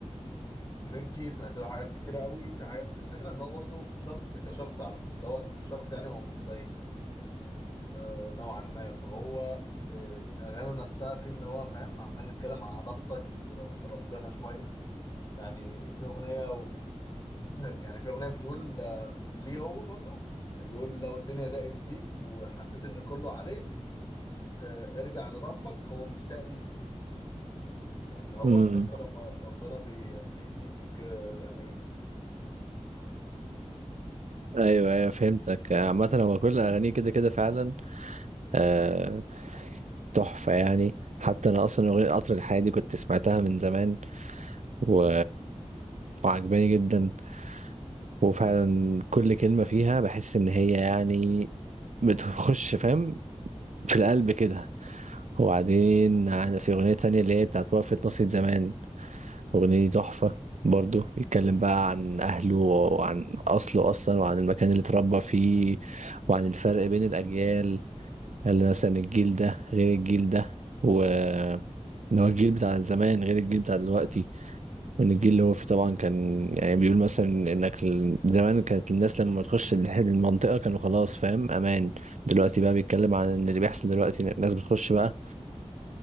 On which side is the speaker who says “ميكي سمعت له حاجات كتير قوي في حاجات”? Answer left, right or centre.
Left